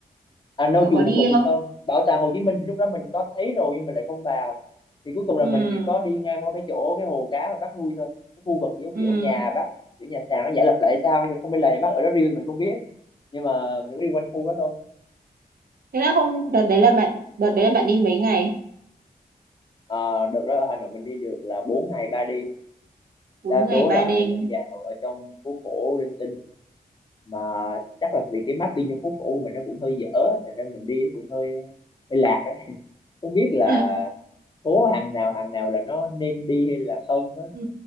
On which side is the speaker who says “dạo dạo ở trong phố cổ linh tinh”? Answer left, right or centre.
Left